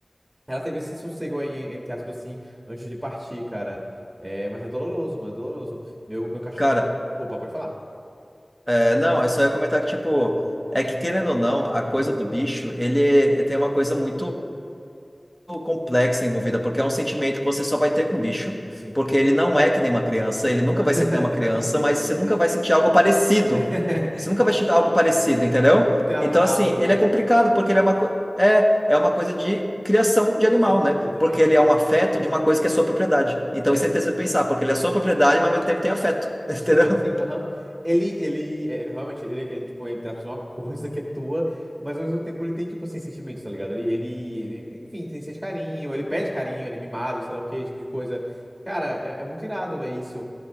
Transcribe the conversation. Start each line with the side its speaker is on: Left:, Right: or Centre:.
Right: Ela teve esse sossego aí, entre aspas, assim, antes de partir, cara. É, mas é doloroso, mano, é doloroso. Meu, meu cachorrinho.
Centre: Cara,
Right: Opa, pode falar?
Centre: é, não, é só eu comentar que, tipo, é que querendo ou não, a coisa do bicho, ele, ele tem uma coisa muito.
Right: Sim.
Centre: complexa envolvida, porque é um sentimento que você só vai ter com o bicho,
Right: Sim.
Centre: porque ele não é que nem uma criança, ele nunca
Right: Não, <laughs>
Centre: vai ser que nem uma criança,
Right: não, sim,
Centre: mas
Right: sim.
Centre: você nunca vai sentir algo parecido.
Right: É, <laughs>
Centre: Você nunca vai sentir algo parecido, entendeu?
Right: não tem algo
Centre: Então,
Right: análogo.
Centre: assim, ele é complicado, porque ele é uma, co- é, é uma coisa de criação de animal,
Right: Sim,
Centre: né?
Right: exatamente.
Centre: Porque ele
Right: É.
Centre: é um afeto de uma coisa que é sua propriedade. Então,
Right: É,
Centre: isso é interessante pensar, porque ele é sua propriedade, mas ao mesmo tempo tem afeto, <laughs> entendeu?
Right: Sim, sim, aham. Ele, ele, é, realmente, ele, ele, tipo, entre aspas, é uma <laughs> coisa que é tua, mas ao mesmo tempo ele tem, tipo, assim, sentimentos, tá ligado? Ele, ele, enfim, tem sente carinho, ele pede carinho, ele é mimado, sei lá o que, esse tipo de coisa. Cara, é, é muito irado, velho, isso.